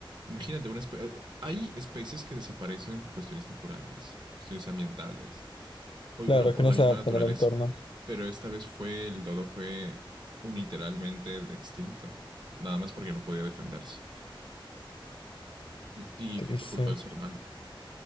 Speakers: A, on the right (about 55°); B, on the left (about 80°).
A: imagínate, una espe- hay especies que desaparecen por cuestiones naturales, por cuestiones ambientales, o igual
B: Claro,
A: por
B: que no
A: la
B: se
A: misma
B: adaptan
A: naturaleza.
B: al entorno.
A: Pero esta vez fue, el dodo fue unilateralmente extinto, nada más porque no podía defenderse. Y
B: Triste.
A: fue por culpa del ser humano.